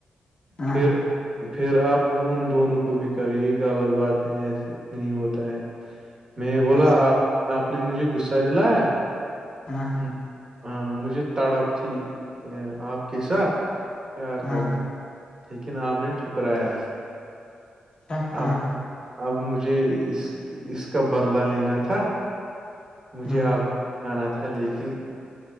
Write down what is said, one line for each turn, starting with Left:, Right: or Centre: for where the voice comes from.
Left: ہاں
Right: پھر پھر آپ ان دونوں کو بھی کریں یہ غلط بات ہے ایسے نہیں ہوتا ہے میں بولا
Left: اچھا
Right: آ آپ نے مجھے غصہ دلایا
Left: ہاں
Right: م- ہاں مجھے تڑپ تھی ا آپ کے ساتھ پیار
Left: ہاں
Right: کرنی لیکن آپ نے ٹھکرایا
Left: ہاں
Right: اب اب مجھے اس اس کا بدلہ لینا تھا مجھے
Left: ہ
Right: آپ کو آاننا تھا لیکن